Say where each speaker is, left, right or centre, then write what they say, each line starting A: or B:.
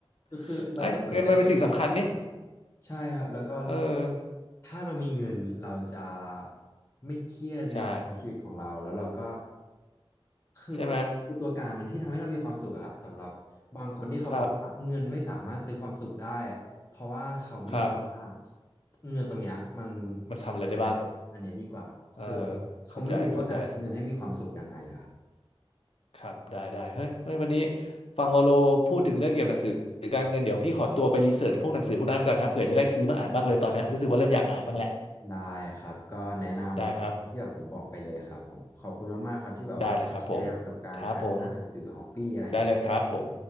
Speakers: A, on the left; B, on the left.
A: ก็คือเราก็สนใจเรื่องเงินนะครับ
B: <laughs> ไอ้ <laughs> ยเงินมันเป็นสิ่งสำคัญนี่
A: ใช่ครับแล้วก็รู้สึกว่า
B: เออ
A: ถ้าเรามีเงินเราจะไม่เครียดในการใช้ชีวิตของเราแล้วเราก็
B: ใช่
A: คือ
B: ใช่ไหม
A: คือตัวกลางที่ทำให้เรามีความสุขอะครับสำหรับบางคนที่เขาบอกว่าเงินไม่สามารถซื้อความสุขได้
B: ครับ
A: เพราะว่าเขาไม่รู้ว่า
B: ครับ
A: เงินตรงเนี้ยมันใช้ยังไงอันเนี้ยดีกว่าคือ
B: มันทำอะไรได้บ้างเออ
A: เขาไม่รู้ว่าการใช้เงินให้มีความสุขยังไงอะครับ
B: เข้าใจเข้าใจ ครับได้ได้เฮ้ยเฮ้ยวันนี้ฟังวาโลพูดถึงเรื่องเกี่ยวกับหนังสือการเงินเดี๋ยวพี่ขอตัวไปรีเสิร์ชพวกหนังสือพวกนั้นก่อนนะเผื่อจะได้ซื้อมาอ่านบ้างเลยตอนเนี้ยรู้สึกว่าเริ่มอยากอ่านบ้างแหละ
A: ได้ครับก็แนะนำที่แบบผมบอกไปเลยครับผมขอบคุณมากๆครับที่แบบว่ามาแชร์ประสบการณ์การอ่านหนังสือฮอปปี้อะไรอย่างเงี้ย
B: ได้ครับได้เลยครับผมครับผมได้เลยครับผม